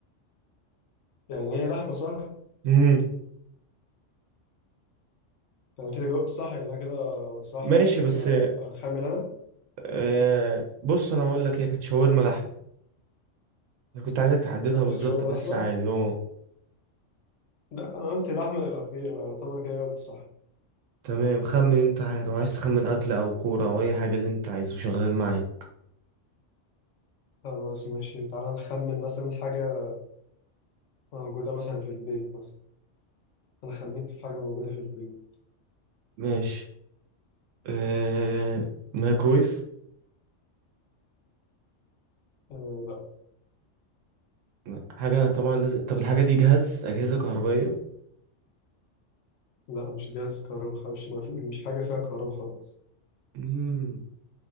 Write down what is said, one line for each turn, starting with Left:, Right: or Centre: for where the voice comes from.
Left: يعني هي لحمة صح
Right: امم
Left: أنا كده جاوبت صح يعني أنا كده صح
Right: ماشي
Left: أو
Right: بس
Left: يعني أنا جا- أخمن أنا
Right: آه بص انا اقول لك هي كانت شاورما لحمة انا كنت عايزك تحددها
Left: قصدك
Right: بالظبط
Left: شاورما
Right: بس
Left: لحمة
Right: عادي اه
Left: لا أنا قلت لحمة يبقى كده يبقى يعتبر كده قلت صح
Right: تمام خمن انت عايز لو عايز تخمن اكل او كورة او اي حاجة اللي انت عايزه شغال معايا
Left: خلاص ماشي تعالى نخمن مثلا حاجة موجودة مثلا في البيت مثلا أنا خمنت في حاجة موجودة في البيت
Right: ماشي آه مايكرويف
Left: آه لا
Right: لا، حاجة طبعا لازم طب الحاجة دي جهاز أجهزة كهربائية
Left: لا مش جهاز كهرباء خالص ما في- مش حاجة فيها كهرباء خالص
Right: امم